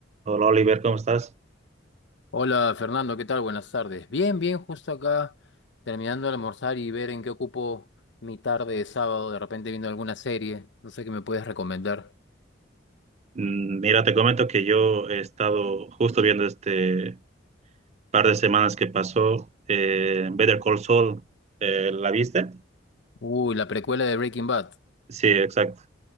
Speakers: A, on the right; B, on the left.
A: Hola Oliver, ¿cómo estás?
B: Hola Fernando, ¿qué tal? Buenas tardes. Bien, bien, justo acá terminando de almorzar y ver en qué ocupo mi tarde de sábado, de repente viendo alguna serie, no sé qué me puedes recomendar.
A: Mm, Mira, te comento que yo he estado justo viendo este par de semanas que pasó eh, Better Call Saul. Eh, ¿la viste?
B: Uy, la precuela de Breaking Bad.
A: Sí, exacto.